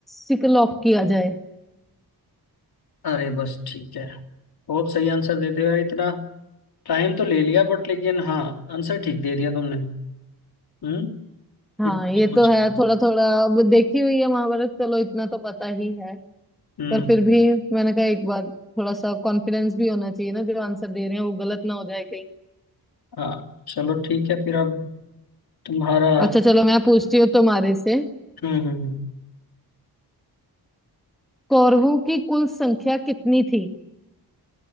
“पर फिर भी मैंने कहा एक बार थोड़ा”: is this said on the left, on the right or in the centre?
Centre